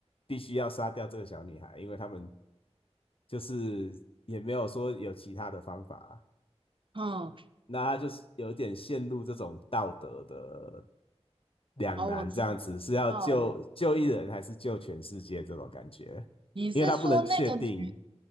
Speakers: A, on the left; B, on the right.
A: 必须要杀掉这个小女孩，因为他们就是也没有说有其他的方法，
B: 哼，
A: 那他就是有点陷入这种道德的两难，
B: 哦，我知
A: 这样子是要救救一人还是救全世界这种感觉，
B: 道了。你是说那个女，
A: 因为他不能确定。